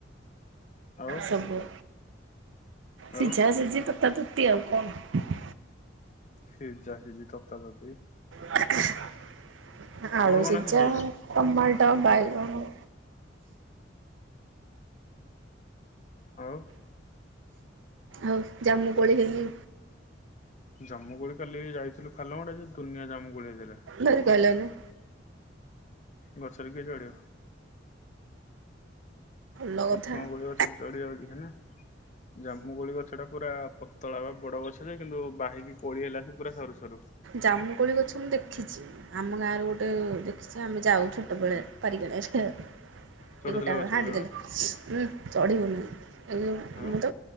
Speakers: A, on the left (about 40°); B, on the right (about 80°).
A: ଆଉ
B: ସବୋ ସିଝା
A: ଆଉ
B: ସିଝି ତ ତ ତୃତି ଆଉ କଣ?
A: ସିଝା ସିଝି ତତା ତତି।
B: <unintelligible>
A: କଣ
B: ଆଳୁ
A: କଣ
B: ସିଝା,
A: ସିଝେଇଛ?
B: ଟମାଟ, ବାଇଗଣ <inaudible>
A: ଆଉ
B: ଆଉ ଜାମୁକୋଳି ହେଇନି?
A: ଜାମୁକୋଳି କାଲି ଯାଇଥିଲୁ ପାଲହଡା ଯେ ଦୁନିଆ ଜାମୁଗୋଳି ହେଇଥିଲା।
B: ଧରିପାଇଲାନି।
A: ଗଛରେ କିଏ ଚଢିବ?
B: ଭଲ
A: କୁସୁମ
B: କଥା
A: କୋଳି ଗଛରେ ଚଢି ଯାଉଛି ସିନା ଜାମୁକୋଳି ଗଛଟା ପୁରା ପତଳାର ବଡ ଗଛ ଯେ କିନ୍ତୁ ବାହିକି କୋଳି ହେଲାଣି ପୁରା ସରୁ ସରୁ।
B: ଜାମୁକୋଳି ଗଛ ମୁଁ ଦେଖିଛି। ଆମ ଗାଁରେ ଗୋଟେ ଦେଖିଛି ଆମେ ଯାଉ ଛୋଟବେଳେ ପାରିଗି ଆଣୁ ଏ ସେ --
A: ଚଢୁଥିଲ
B: ଏ ଗୋଟାକ
A: ଗଛରେ
B: ହାଡି
A: ତମେ?
B: ଦେଲେ ଉଁ ଚଢିବୁନି ମୁଁ
A: ଆଉ
B: ମୁଁ ତ